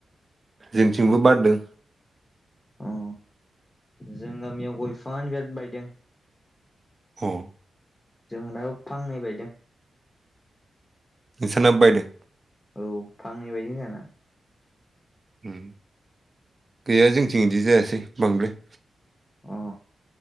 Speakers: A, on the right; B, on the left.
A: जोंनिथिंबो बारदों।
B: अ जों गामियाव गय बिफाङानो बिराद बायदों।
A: अ
B: जोंहानाबो फांनै बायदों।
A: नोंसानाबो बायदों?
B: औ फांनै बायदै जोंहाना।
A: उम गैया जोंनिथिं बिदि जायासै बांद्राय।
B: अ